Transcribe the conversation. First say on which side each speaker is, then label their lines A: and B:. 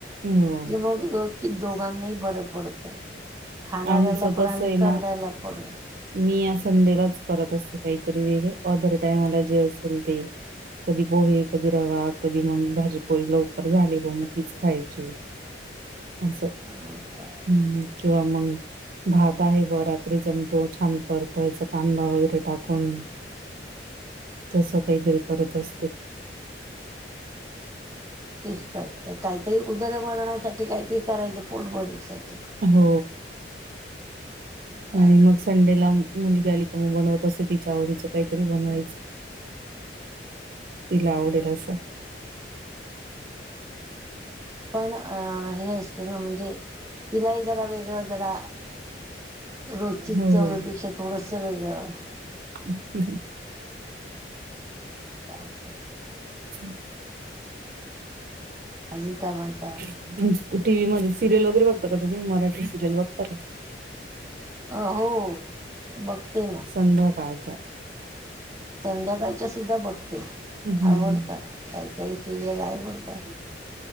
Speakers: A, on the right; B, on the right.
A: हो.
B: कि मग कि दोघांनाही बरं पडत. खाणारऱ्याला
A: आमचं तसं
B: पण आणि
A: आहे ना,
B: करणार्या ला पण.
A: मी या संडेलाच करत असते काहीतरी वेगळं, ओदर टायमाला जे असेल ते कधी पोहे, कधी रवा, कधी मगं भाजी-पोळी लवकर झाली व मग तीच खायची. असं
B: काय
A: हम्म् किंवा मंग भात आहे व रात्री जमतो छान परतायचा, कांदा वगैरे टाकून. तसं काहीतरी करत असते.
B: तेच तर ते काहीतरी उदरमरणासाठी काहीतरी करायचं पोट भरण्यासाठी.
A: हो,
B: काय
A: आणि मग संडेला मुलगी अली का मग बनवत असते, तिच्या आवडीचं काहीतरी बनवायचं तिला आवडेल असं.
B: पण आ हे असत ना म्हणजे कि बाई जरा वेगळं जरा रोजची
A: हो.
B: चवी पेक्षा थोडसं वेगळं.
A: हं, हु.
B: <inaudible>
A: हम्
B: आणि काय म्हणता?
A: टी व्ही मध्ये सिरियल वगैरे बघता का तुम्ही मराठी सिरियल बघता का?
B: अ हो बघतेयं ना
A: संध्याकाळच्या
B: संध्याकाळच्या सुद्धा बघते
A: हम्म.
B: आवडतात काही काही सिरीयल आवडतात